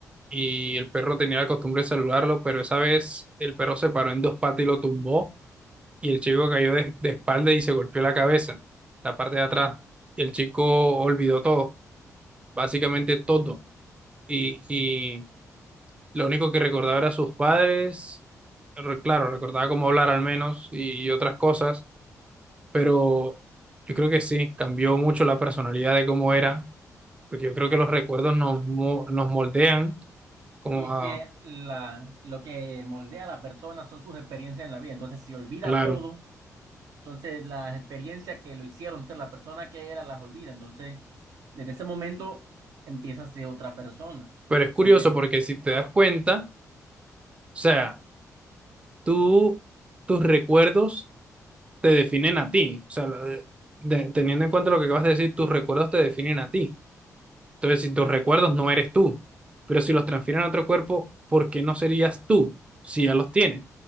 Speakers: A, on the right (about 20°); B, on the right (about 75°).
A: y el perro tenía la costumbre de saludarlo, pero esa vez el perro se paró en dos patas y lo tumbó y el chico cayó de, de espalda y se golpeó la cabeza, la parte de atrás, y el chico olvidó todo, básicamente todo, y, y lo único que recordaba era sus padres, re- claro, recordaba cómo hablar al menos y, y otras cosas, pero yo creo que sí, cambió mucho la personalidad de cómo era, porque yo creo que los recuerdos nos, mo- nos moldean como
B: y es
A: a,
B: que la, lo que moldea a la persona son sus experiencias en la vida, entonces si olvida
A: claro.
B: todo Entonces, las experiencias que lo hicieron ser la persona que era las olvida. Entonces, desde ese momento empieza a ser otra persona.
A: Pero es curioso
B: Aunque,
A: porque si te das cuenta, o sea, tú, tus recuerdos te definen a ti. O sea, lo de- de- teniendo en cuenta lo que acabas de decir, tus recuerdos te definen a ti. Entonces, si tus
B: sí.
A: recuerdos no eres tú, pero si los transfieren a otro cuerpo, ¿por qué no serías tú si ya los tienes?